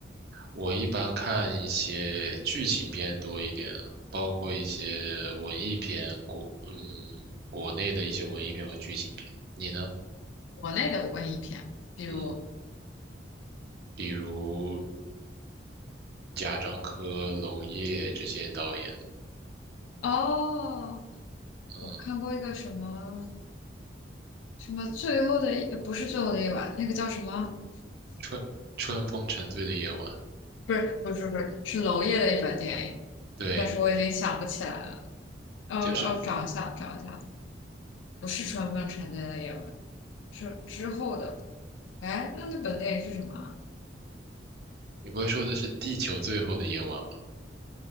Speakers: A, on the right (about 55°); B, on the left (about 85°).
A: 我一般看一些剧情片多一点，包括一些文艺片，国嗯国内的一些文艺片和剧情片。你呢？
B: 国内的文艺片，比如
A: 嗯，比如贾樟柯、娄烨这些导演的，
B: 哦，
A: 嗯，
B: 我看过一个什么什么最后的一，不是最后的一晚，那个叫什么？
A: 春春风沉醉的夜晚，
B: 不是不是不是，是娄烨的一本电影，
A: 对，
B: 但是我已经想不起来了。哦哦，
A: 就是
B: 找一下找一下，不是《春风沉醉的夜晚》，是之后的。哎，那那本电影是什么啊
A: 你不会说的是地球最后的夜晚吧？